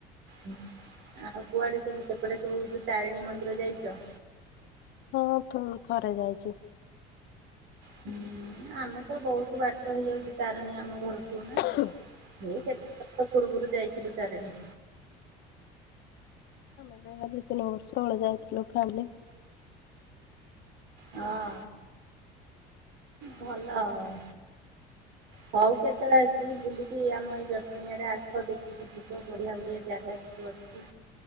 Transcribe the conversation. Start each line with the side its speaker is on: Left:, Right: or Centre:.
Right: ହୁ ଆଉ କୁଆଡେ ସବୁ ସେପଟେ ସବୁ ତାରିଣୀ ମନ୍ଦିର ଯାଇଛ।
Left: ହଁ ଥ ଥରେ ଯାଇଛୁ।
Right: ହୁଁ ଆମେ ତ ବହୁତ ବାଟ ହେଇଯାଉଛି ତାରିଣୀ ଆମ ଘରଠୁ।
Left: <inaudible>
Right: ହେ କତେଥର ପୂର୍ବରୁ ଯାଇଥିଲୁ ତାରିଣୀ।
Left: ଏବେ ଆଇ ତିନି ବର୍ଷ ବଳେ ଯାଇଥିଲୁ ଫ୍ୟାମିଲି।
Right: ହଁ। ଭଲ ଆଉ। ହଉ କେତେବେଳେ ଆସିକି ବୁଲିକି ଆମ ଏଇ ଜଟଣିଆଡ଼େ ଆସ ଦେଖିକି ଥିବ ବଢିଆ ବଢିଆ ଜାଗା ଅଛି।